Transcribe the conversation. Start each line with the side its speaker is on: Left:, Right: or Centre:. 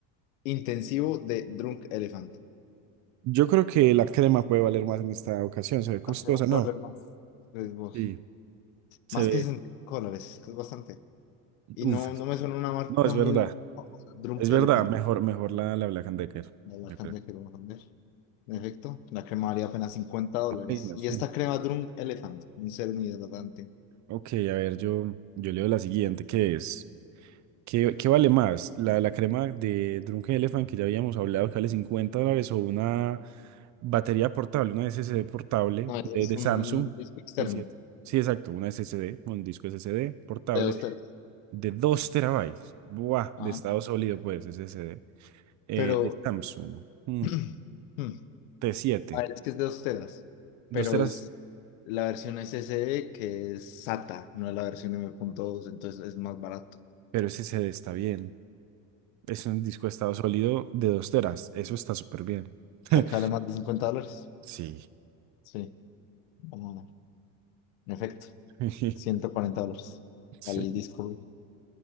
Left: intensivo de Drunk Elephant.
Right: Yo creo que la crema puede valer más en esta ocasión. Se ve costosa,
Left: ¿A qué más puedo
Right: ¿no?
Left: leer más? Pues vos.
Right: Sí, se
Left: Más
Right: ve.
Left: que 60 dólares, es que es bastante. Y
Right: Uf,
Left: no,
Right: es-
Left: no me suena una marca
Right: No, es verdad.
Left: muy famosa. Drunk
Right: Es verdad.
Left: Elephant,
Right: Mejor, mejor la, la Black and Decker,
Left: la marca
Right: yo creo.
Left: de la carne que vamos a vender. En efecto, la crema valía apenas cincuenta dólares.
Right: Apenas.
Left: Y esta
Right: mm.
Left: crema Drunk Elephant, un serum hidratante.
Right: Ok, a ver, yo, yo leo la siguiente, que es. ¿Qué, qué vale más? ¿La, la crema de Drunken Elephant que ya habíamos hablado que vale 50 dólares o una batería portable, una SSD portable
Left: No, ese
Right: de,
Left: es
Right: de
Left: un
Right: Samsung
Left: disco externo,
Right: de 7? Sí, exacto, una SSD, un disco SSD portable
Left: de dos teras.
Right: de 2 terabytes. Buah,
Left: Ajá.
Right: de estado sólido, pues, SSD. eh,
Left: Pero,
Right: de Samsung
Left: <clears throat>
Right: mm,
Left: hmm,
Right: T7,
Left: a ver, es que es de dos teras.
Right: 2
Left: Pero
Right: teras,
Left: es la versión SSD que es SATA, no es la versión M punto dos entonces es más barato.
Right: pero SSD está bien. Es un disco de estado sólido de 2 teras, eso está súper bien.
Left: O
Right: <laughs>
Left: sea, que vale más de 50 dólares.
Right: Sí.
Left: Sí, vamos a ver. En efecto.
Right: <laughs>
Left: ciento cuarenta dólares.
Right: Sí,
Left: Vale, el disco duro.